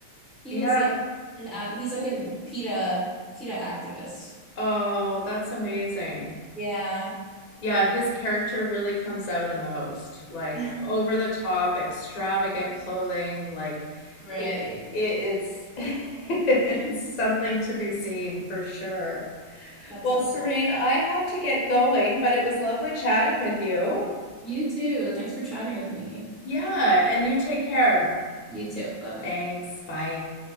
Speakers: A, in the centre; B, on the left (about 45°).
A: He
B: Yeah.
A: was like an ad, he's like an PETA, PETA activist.
B: Oh, that's amazing.
A: Yeah.
B: Yeah, his character really comes out in the host. Like
A: <laughs>
B: over the top, extravagant clothing, like
A: Right.
B: it, it it's <laughs> it's
A: <laughs>
B: something to be seen for sure.
A: That's
B: Well,
A: all
B: Serene,
A: right.
B: I have to get going, but it was lovely chatting with you.
A: You too. Thanks for chatting with me.
B: Yeah, and you take care.
A: You too. Bye bye.
B: Thanks. Bye.